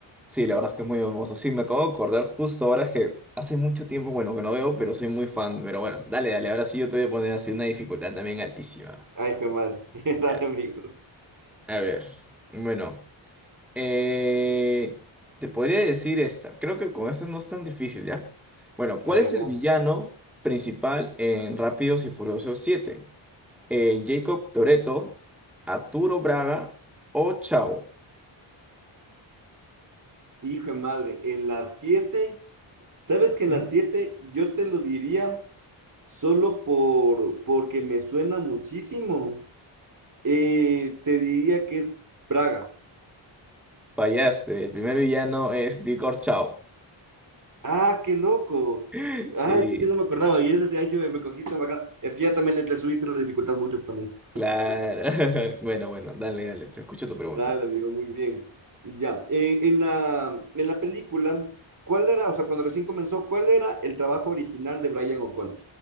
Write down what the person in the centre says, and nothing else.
Sí, la verdad es que es muy hermoso. Sí, me acabo de acordar justo ahora es que hace mucho tiempo, bueno, que no veo, pero soy muy fan. Pero bueno, dale, dale, ahora sí yo te voy a poner así una dificultad también altísima.
Ya.
A ver, bueno, eh, te podría decir esta. Creo que con esta no es tan difícil, ¿ya? Bueno, ¿cuál
es
el villano principal en Rápidos y Furiosos siete? Eh, ¿Jacob Toretto, Arturo Braga o Chao?
¿Mm?
Fallaste, el primer villano es Dicor Chao.
<laughs> Sí,
Claro. <laughs> Bueno, bueno, dale, dale, te escucho tu pregunta.